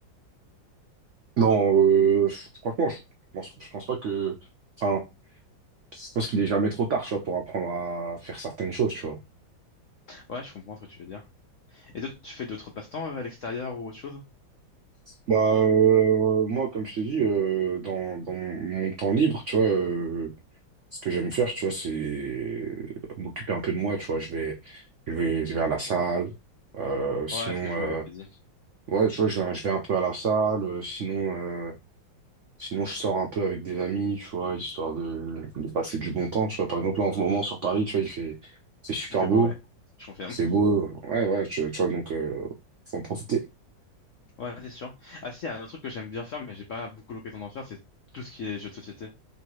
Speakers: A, on the right; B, on the left.
A: Non, euh, franchement, je pense, je pense pas que... Enfin, je pense qu'il est jamais trop tard, tu vois, pour apprendre à faire certaines choses, tu vois.
B: Ouais, je comprends ce que tu veux dire. Et toi, tu fais d'autres passe-temps euh, à l'extérieur ou autre chose?
A: Bah, euh, moi, comme je t'ai dit, euh, dans, dans mon temps libre, tu vois, euh, ce que j'aime faire, tu vois, c'est euh, m'occuper un peu de moi, tu vois. Je vais, je vais, je vais à la salle. Euh, sinon,
B: Ouais, ce que tu
A: euh,
B: m'avais dit.
A: ouais, tu vois, je vais, je vais un peu à la salle. Euh, Sinon, euh, sinon, je sors un peu avec des amis, tu vois, histoire de, de passer du bon temps, tu vois. Par exemple, là, en ce moment, sur Paris, tu vois, il fait, c'est super
B: Il fait
A: beau,
B: beau, ouais. Je confirme.
A: c'est
B: <laughs>
A: beau. Ouais, ouais, tu, tu vois, donc, euh, faut en profiter.
B: Ouais, c'est sûr. Ah si, un autre truc que j'aime bien faire, mais j'ai pas beaucoup l'occasion d'en faire, c'est tout ce qui est jeux de société.